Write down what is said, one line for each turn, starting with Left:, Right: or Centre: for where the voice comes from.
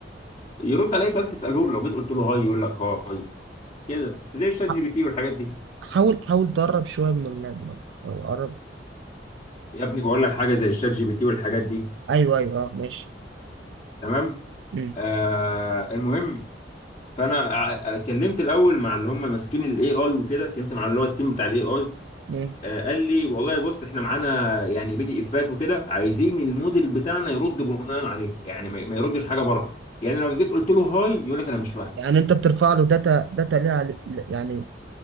Left: يرد على اي سؤال تساله له لو جيت قلت له هاي يقول لك هاي كده زي الشات
Right: ح-
Left: جي بي تي والحاجات دي
Right: حاول حاول تقرب شوية من اللاب آه، او قرب
Left: يا ابني بقول لك حاجه زي الشات جي بي تي والحاجات دي
Right: ايوه ايوه اه ماشي
Left: تمام
Right: مم.
Left: آه المهم فانا ع- كلمت الاول مع اللي هم ماسكين الاي اي وكده كلمت مع اللي هو التيم بتاع الاي اي
Right: مم.
Left: آه، قال لي والله بص احنا معانا يعني بي دي افات وكده عايزين الموديل بتاعنا يرد بناء عليها يعني ما ما يردش حاجه بره يعني لو جيت قلت له هاي يقول لك انا مش فاهم
Right: يعني انت بترفع له داتا داتا ليها عل- يعني